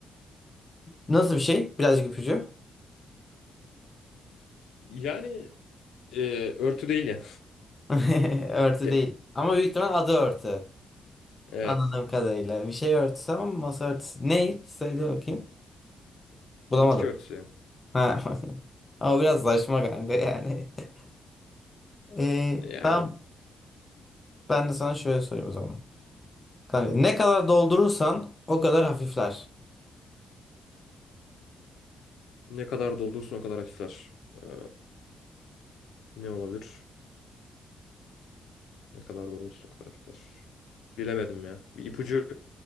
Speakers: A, on the left; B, on the left.
A: Nasıl bir şey? Birazcık ipucu.
B: Yani e, örtü değil ya.
A: <laughs> Örtü
B: Ge-
A: değil. Ama büyük ihtimal adı örtü.
B: evet.
A: Anladığım kadarıyla. Bir şey örtüsü ama masa örtüsü. Ne? Söyle bakayım. Bulamadım.
B: Bitki örtüsü ya.
A: Ha. <laughs> Ama biraz saçma kanka yani. <laughs> Ee,
B: Yani
A: tamam. Ben de sana şöyle sorayım o zaman. Kanka ne kadar doldurursan o kadar hafifler.
B: ne kadar doldurursun o kadar hafifler. Ee, ne olabilir? Ne kadar doldurursun o kadar hafifler. Bilemedim ya. Bir ipucu